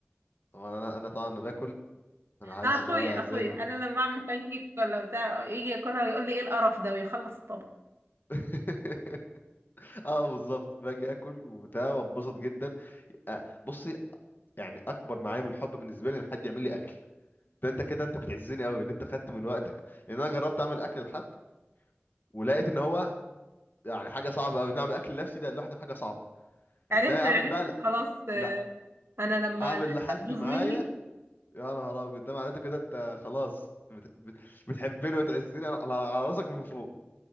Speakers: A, on the left; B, on the right.
A: طبعا انا انا طبعا أنا باكل انا حاسس
B: اخويا
A: ان هو
B: اخويا
A: زي الف-
B: انا لما بعمل بان كيك ولا بتاع يجي ياكلها ويقول لي ايه القرف ده ويخلص الطبق
A: <laughs> اه بالظبط باجي اكل وده واتبسط جدا آه، بصي يعني اكبر معايا من الحب بالنسبه لي ان حد يعمل لي اكل ده انت كده انت بتعزني قوي ان انت خدت من وقتك لان انا جربت اعمل اكل لحد ولقيت ان هو يعني حاجه صعبه قوي ان اعمل اكل لنفسي ده لوحده حاجه صعبه
B: عرفت
A: ان انا اعمل
B: عرفت
A: بقى لا
B: خلاص آه،
A: لا
B: انا لما
A: اعمل
B: الاكله
A: لحد
B: تبوظ
A: معايا
B: مني
A: يا نهار ابيض ده معناته كده انت خلاص بت... بت... بتحبني وتعزني على على- على راسك من فوق